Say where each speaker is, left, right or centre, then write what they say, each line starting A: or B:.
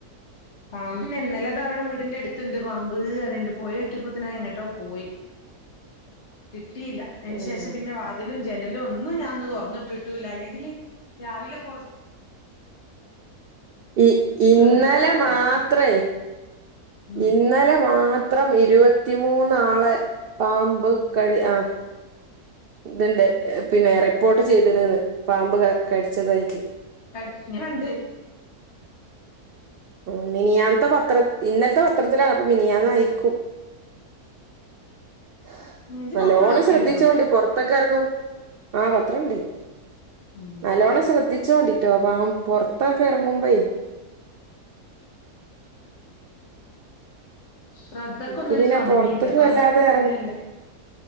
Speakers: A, on the left; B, on the right.
A: പാമ്പില്ലേ ഇന്നലെതാ അവിടെ വീടിന്റട്ത്ത്ണ്ട് പാമ്പ്അറിണ്ട് പോയോക്കിയപ്പോത്തിന് അത്ങ്ങട്ടോ പോയി.
B: <inaudible>
A: കിട്ടിയില്ല അയ്ന്
B: ഉം
A: ശേഷം പിന്നെ വാ വാതിലും ജനലൊന്നും ഞാൻന്ന് തൊർന്ന്ഇട്ട്ട്ടില്ല അല്ലെങ്കില് രാവിലെ കൊർ
B: ഇ ഇന്നലെ
A: കേറിക്കോട്ടെ വിചാരിച്ച്
B: മാത്രേ
A: ഉം
B: ഇന്നലെ മാത്രം ഇരുവത്തിമൂന്നാളെ പാമ്പ് കടി ആ ത്ണ്ട് ഹ് പിന്നെ റിപ്പോർട്ട് ചെയ്ത്ണ്ന്ന് പാമ്പ് കടിച്ചതായിട്ട്
A: <unintelligible> ഇങ്ങനെണ്ട്
B: മ്മ് മിനിയാന്നത്തെ പത്ര ഇന്നലത്തെ പത്രത്തിലാണ് അപ്പൊ മിനിയാന്നയിരിക്കും. ഹ്
A: ഇജ്ജ്
B: നല്ലോണം
A: പത്രം എറക്കേണ്ടോ
B: ശ്രദ്ധിച്ചോണ്ടി പൊറത്ത് പൊർത്ത്ക്കെർങ്ങും ആഹ് പത്രണ്ട്
A: ഉം
B: നല്ലോണം ശ്രദ്ധി ച്ചോണ്ടിട്ടോ പാം പൊർത്തൊക്കെ ഇറ ങ്ങുമ്പെയ്
A: ശ്രദ്ധക്കൊന്നൊരു
B: എനിക്ക് പിന്നെ
A: കമ്മില്ല
B: പുറത്തേക്ക്
A: പറഞ്ഞിട്ട്
B: വല്ലാതെ
A: കാര്യല്ല,
B: ഇറങ്ങ